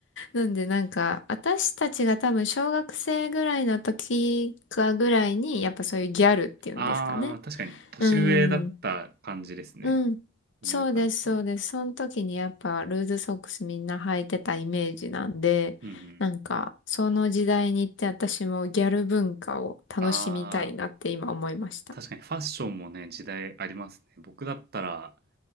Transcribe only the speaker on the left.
なんでなんか、私たちが多分小学生ぐらいの時かぐらいに、やっぱそういうギャルっていうんですかね。
うん。うん。
そうです、そうです。その時にやっぱルーズソックスみんな履いてたイメージなんで、
なんか、その時代に行って私もギャル文化を楽しみたいなって今思いました。